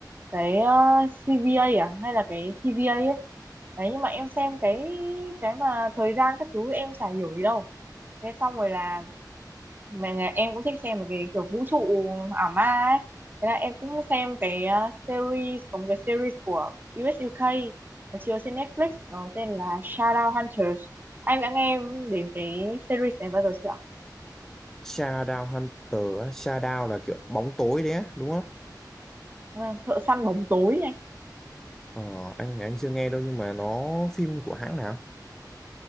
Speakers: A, on the right; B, in the centre.
A: cái ờ, CVA à hay là cái TVA ấy đấy nhưng mà em xem cái cái mà thời gian các thứ em chả hiểu gì đâu thế xong rồi là mà nhà em cũng thích xem mấy cái kiểu vũ trụ ảo ma ấy thế là em cũng xem cái ờ, series có một cái series của US UK mà chiếu trên Netflix nó tên là Shadow Hunters anh đã nghe đến cái series này bao giờ chưa ạ?
B: Shadow Hunter á, Shadow là kiểu bóng tối đấy á, đúng không?
A: À, Thợ săn bóng tối
B: Ờ, anh anh chưa nghe đâu nhưng mà nó phim của hãng nào?